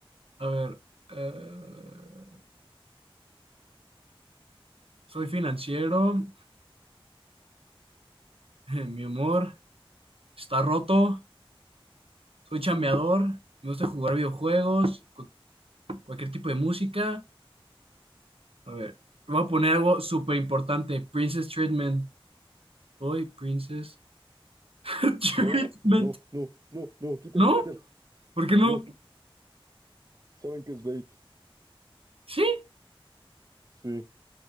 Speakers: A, on the right; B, on the right.
A: A ver, eh, soy financiero, <laughs> mi humor está roto, soy chambeador, me gusta jugar videojuegos, cu- cualquier tipo de música. A ver, voy a poner algo súper importante, Princess Treatment. Soy Princess <laughs> Treatment.
B: No, no, no, no, no, quita
A: ¿No?
B: eso, quítalo.
A: ¿Por qué no?
B: No, saben que es bait.
A: Sí.
B: Sí.